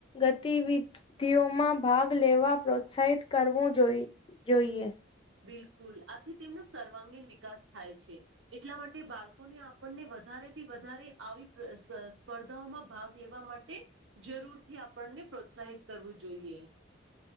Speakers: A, on the left (about 25°); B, on the right (about 70°).
A: ગતિવિ-ધિઓમાં ભાગ લેવા પ્રોત્સાહિત કરવું જોઈ જોઈએ.
B: બિલકુલ, આથી તેમનો સર્વાંગીણ વિકાસ થાય છે એટલા માટે બાળકોને આપણને વધા વધારે થી વધારે આવી પ્ર-સ- સ્પર્ધાઓમાં ભાગ લેવા માટે જરૂરથી આપણને પ્ર પ્રોત્સાહિત કરવું જોઈએ.